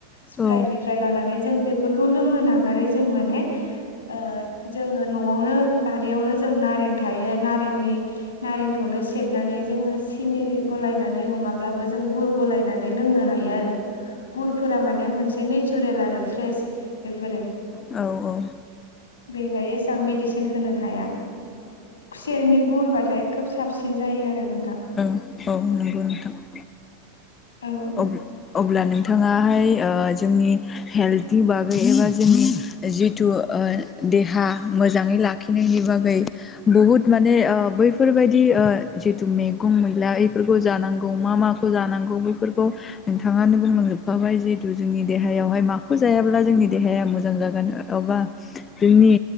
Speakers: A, on the left (about 70°); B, on the left (about 20°).
A: स्प्राइदनिफ्राय
B: औ
A: लानानै जों बे बेफोरखौ लोंनो नागारै जों माने ओ जोङो न'वावनो बारियावनो जों नारें थायो नारेंनि नारेंखौनो सेबनानै जोङो सिनि गलायनानै नङाब्लाबो जों गुर गलायना माने लोंनो हायो आरो गुरफोरा माने मोनसे नेचारेल आरो फ्रेस बेफोरो
B: औ औ
A: बेहाय एसां मेडिसिन होनो हाया खुसेरनि गुरबाथाय खोब साबसिन जायो आरो नोंथां
B: औ नंगौ नोंथां
A: औ
B: <unintelligible> अब्ला नोंथाङाहाय ओ जोंनि हेल्थनि बागै एबा जोंनि जितु ओ देहा मोजाङै लाखिनायनि बागै बुहुद माने ओ बैफोरबायदि ओ जिथु मैगं मैला इफोरखौ जानांगौ मा मा जानांगौ बैफोरखौ नोंथाङानो बुंलांजोबखाबाय जिहेतु जोंनि देहायावहाय माखौ जायाब्ला जोंनि देहाया मोजां जागोन अबा जोंनि